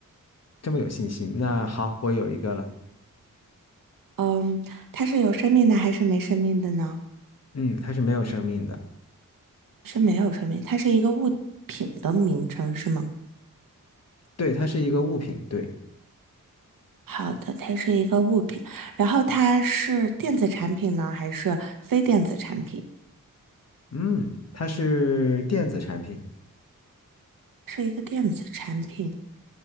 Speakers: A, on the left; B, on the right.
A: 这么有信心。那好，我有一个了。
B: 嗯，它是有生命的还是没生命的呢？
A: 嗯，它是没有生命的。
B: 是没有生命，它是一个物品的名称是吗？
A: 对，它是一个物品。对，
B: 好的，它是一个物品，然后它是电子产品呢，还是非电子产品？
A: 嗯，它是电子产品。
B: 是一个电子产品，